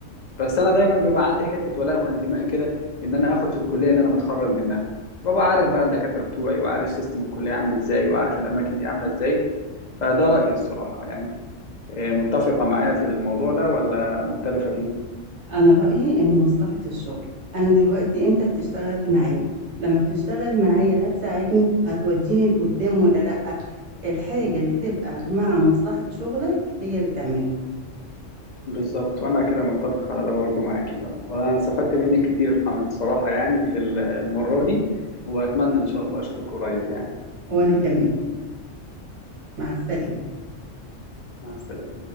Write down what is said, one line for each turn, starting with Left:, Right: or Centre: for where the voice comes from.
Left: بس انا دايما بيبقى عندي حته ولاء وانتماء كده ان انا اخد في الكليه اللي انا متخرج منها ببقى عارف بقى الدكاتره بتوعي وعارف سيستم الكليه عامل ازاي وعارف الاماكن دي عامله ازاي فده رايي الصراحه يعني إيه، متفقه معايا في الموضوع ده ولا مختلفه فيه
Right: أنا رأيي إن مصلحة الشغل، أنا دلوقتي أنت بتشتغل معايا، لمّا بتشتغل معايا هتساعدني، هتودّيني لقدّام والّا لأ؟ الحاجة اللي تبقى مع مصلحة شغلك هي اللي تعملها،
Left: بالظبط وانا كده متفق على ده برضو معاكي بقى وانا استفدت منك كتير الحمد الصراحة يعني في المرة دي واتمنى ان شاء الله اشوفك قريب يعني
Right: وأنا كمان، مع السلامة.
Left: مع السلامة